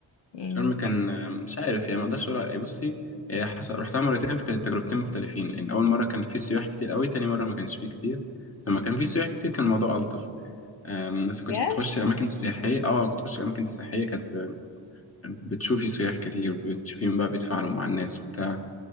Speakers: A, on the left (about 65°); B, on the left (about 30°).
A: يعني
B: شرم
A: بجد
B: كان آه، مش عارف يعني ما اقدرش اقول على- بصي آه، حس... رحتها مرتين فكانت تجربتين مختلفين لان اول مره كان في سياح كتير قوي تاني مره ما كانش فيه كتير لما كان في سياح كتير كان الموضوع الطف آم، بس كنت
A: بجد؟
B: بتخش الأماكن السياحية اه كنت بتخش الأماكن السياحية كانت ب- بتشوفي سياح كتير وبتشوفيهم بقى بيتفاعلوا مع الناس وبتاع